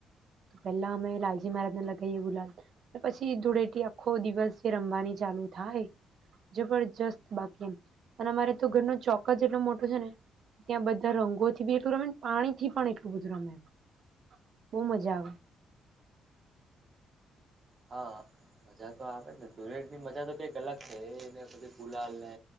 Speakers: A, on the right; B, on the right.
A: તો પેલા અમે લાલજી મહારાજ. <unintelligible> ગુલાલ પછી ધૂળેટી આખો દિવસ જે રમવાની ચાલુ થાય જબરજસ્ત બાકી એ અને અમારે તો ઘર ન ચોક્કસ એટલો મોટો છે, ને ત્યાં બધા રંગોથી બી એટલું રમે પાણી થી પણ એટલું બધું રમે એમ બહ મજા આવે.
B: હા મજા તો આવે ને ધૂળેટીની મજા તો કઈક અલગ છે, એને બધી ભૂલા ને